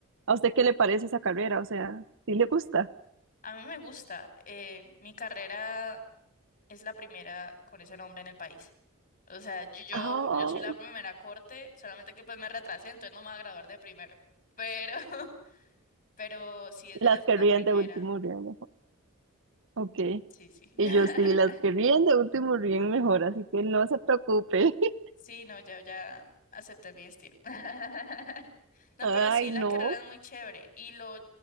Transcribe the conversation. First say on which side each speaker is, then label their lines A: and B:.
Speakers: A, on the right; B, on the left.
A: ¿A usted qué le parece esa carrera? O sea, ¿sí le gusta?
B: A mí me gusta. eh, mi carrera es la primera con ese nombre en el país. O sea, yo, yo,
A: Oh,
B: yo soy la primera corte, solamente que pues me retrasé, entonces no me voy a graduar de primero. Pero, <laughs> pero sí es
A: las
B: de las-
A: que
B: la
A: ríen
B: primera.
A: de último ríen Ok.
B: Sí, sí. <laughs>
A: Y yo sí, las que ríen de último ríen mejor, así que no se preocupe. <laughs>
B: Sí, no, ya, ya acepté mi estilo. <laughs> No,
A: Ay,
B: pero sí, la
A: no.
B: carrera es muy chévere. Y lo,